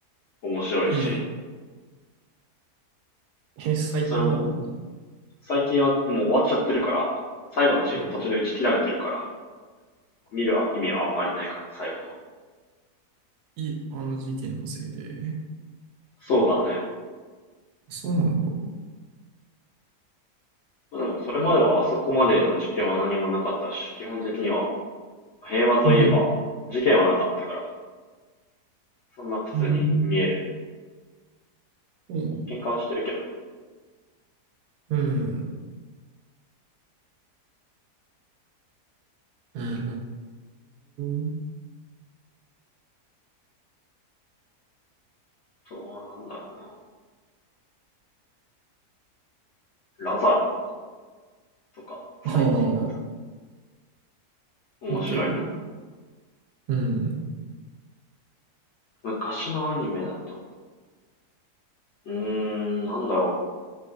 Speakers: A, on the left (about 65°); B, on the right (about 85°).
A: 面白いし、
B: うん。え、最近なの
A: それも、最近はもう終わっちゃってるから、最後のシーズン途中で打ち切られてるから、
B: あ
A: 見る意味はあんまりないかな、最後の。
B: いあの事件のせいで。
A: そうだね。
B: そうなんだ。
A: でも、それまではあそこまでの事件は何もなかったし、基本的には平和といえば事件はなかったから、
B: うん。
A: そんな普通に見える。
B: えー、そうなんだ。
A: 喧嘩はしてるけどね。
B: うん。うん。うーん
A: あとはなんだろうな。ラザロとか、最近だと。
B: ああ、
A: 面白いな。
B: 見てる。うん。
A: 昔のアニメだと、うーん、なんだろ